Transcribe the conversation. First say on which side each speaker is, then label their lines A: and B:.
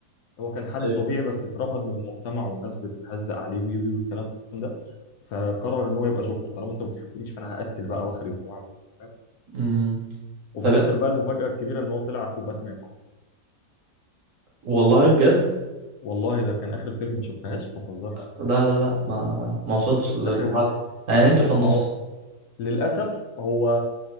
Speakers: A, on the left; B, on the right.
A: هو كان حد
B: ايوه
A: طبيعي بس اترفض من المجتمع والناس بتهزق عليه وي وي والكلام ده فقرر ان هو يبقى جوكر طالما انتوا ما بتحبونيش فانا هقتل بقى واخرب واعمل فاهم؟
B: امم
A: وفي
B: طب
A: الاخر
B: انت
A: بقى المفاجأة الكبيرة ان هو طلع اخو باتمان اصلا
B: والله بجد
A: والله ده كان اخر الفيلم ما شفتهاش ما بهزرش
B: لا لا لا ما ما وصلتش للمرحله
A: اخر
B: دي انا نمت في النص
A: ما هو للأسف هو